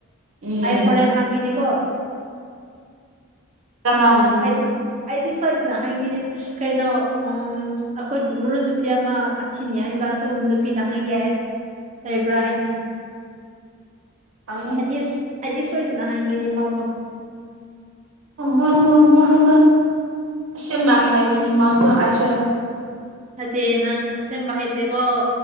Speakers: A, on the right; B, on the right.
A: ꯎꯝ
B: ꯑꯩ ꯍꯣꯔꯦꯟ ꯍꯪꯈꯤꯅꯤꯀꯣ꯫
A: ꯀꯅꯥ
B: ꯑꯩꯗꯤ ꯑꯩꯗꯤ ꯁꯣꯏꯗꯅ ꯍꯪꯒꯤꯅꯤ ꯀꯩꯅꯣ ꯎ ꯑꯩꯈꯣꯏꯒꯤ ꯃꯔꯣꯟ ꯅꯨꯄꯤ ꯑꯃ ꯑꯊꯤ ꯍꯥꯏꯕ ꯑꯗꯨ ꯅꯨꯄꯤꯗ ꯍꯪꯒꯦ ꯂꯩꯕ꯭ꯔꯥ ꯍꯥꯏꯅ꯫
A: ꯍꯪꯉꯨ꯫
B: ꯑꯩꯗꯤꯁ ꯑꯩꯗꯤ ꯁꯣꯏꯗꯅ ꯍꯪꯒꯤꯅꯤ ꯃꯥꯕꯨ꯫
A: <unintelligible> ꯑꯁꯦꯝꯕ ꯍꯥꯏꯒꯅꯤ ꯃꯥꯁꯨ ꯑꯩꯁꯨ꯫
B: ꯅꯠꯇꯦ ꯅꯪ ꯑꯁꯦꯝꯕ ꯍꯥꯏꯗꯦꯀꯣ꯫